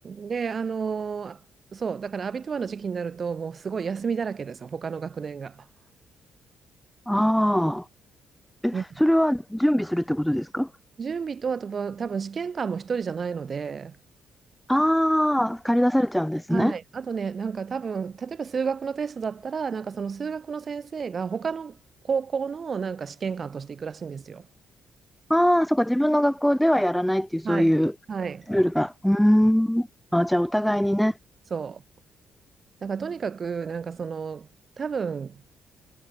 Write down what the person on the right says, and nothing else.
ん、で、あの、そう、だからアビトゥアの時期になると、もうすごい休みだらけですよ、他の学年が。
うん
準備と、あとは多分試験官も一人じゃないので、
はい、あとね、なんか多分、例えば数学のテストだったら、なんかその数学の先生が他の高校のなんか試験官として行くらしいんですよ。
はい。はい。
そう。だからとにかく、なんかその、多分、